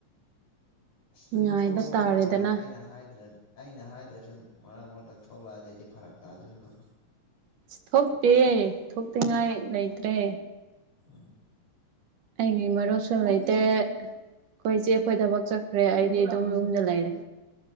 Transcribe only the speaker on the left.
ꯑꯁ ꯅꯪꯗꯤ
ꯊꯣꯛꯂꯝꯒꯗꯧ
ꯃꯥꯜꯂꯦꯅꯦ ꯑꯩꯅ ꯍꯥꯏꯗ꯭ꯔꯦ ꯑꯩꯅ ꯍꯥꯏꯗ꯭ꯔꯁꯨꯨ ꯃꯔꯛ ꯃꯔꯛꯇ ꯊꯣꯛꯂꯛꯑꯗꯤ ꯑꯩꯗꯤ ꯐꯔꯛ ꯇꯥꯗꯣꯔꯤꯕ
ꯑꯝ